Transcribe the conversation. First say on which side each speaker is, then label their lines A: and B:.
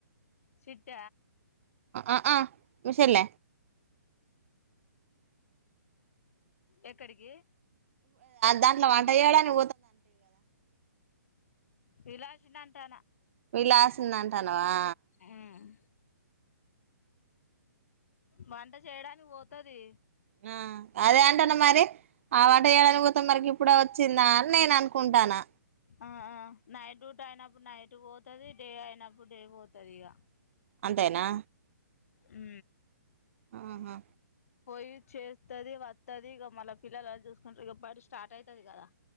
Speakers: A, on the left (about 55°); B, on the right (about 45°).
A: సిట్ట
B: ఆ ఆ మషల
A: ఎక్కడికి
B: దాంట్లో వంట చేయడాని
A: విలాషిన అంటానా
B: పలాస్ చిన్నంటానవా
A: ఉమ్ వంట చేయడానికి పోతుది
B: ఆ అదే ఏంటన్న మరి అ అయాల అనుపోా మరికి ఇప్పు చిిందా అని నేను అనుకుంటాను
A: ఆ నైట్ డ్యూట్ అయినప్పుడు నైట్ పోతుది డే అయినప్పుడు డే పోతుంది ఇక
B: అంతేనా
A: ఉ
B: ఆహా
A: పోయి చేస్తుది వస్తుది ఇక మళ్ పిల్లలు అ చూసుకుంటారు ఇక బటి స్టార్ట్ అవుతుంది కదా